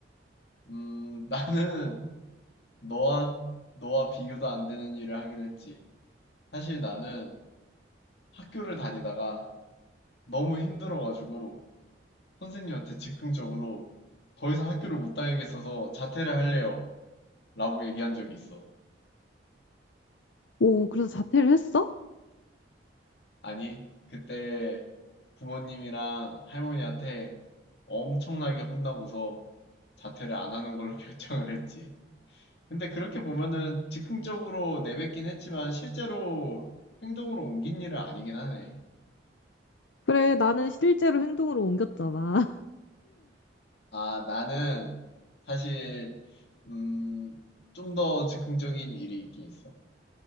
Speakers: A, on the left; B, on the left.
A: 음, <laughs> 나는 너와, 너와 비교도 안 되는 일을 하긴 했지. 사실 나는 학교를 다니다가 너무 힘들어가지고 선생님한테 즉흥적으로 더 이상 학교를 못 다니겠어서 자퇴를 할래요. 라고 얘기한 적이 있어.
B: 오, 그래서 자퇴를 했어?
A: 아니, 그때 부모님이랑 할머니한테 엄청나게 혼나고서 자퇴를 안 하는 걸로 <laughs> 결정을 했지. 근데 그렇게 보면은 즉흥적으로 내뱉긴 했지만 실제로 행동으로 옮긴 일은 아니긴 하네.
B: 그래, 나는 실제로 행동으로 옮겼잖아. <laughs>
A: 아, 나는 사실, 음, 좀 더 즉흥적인 일이 있긴 있어.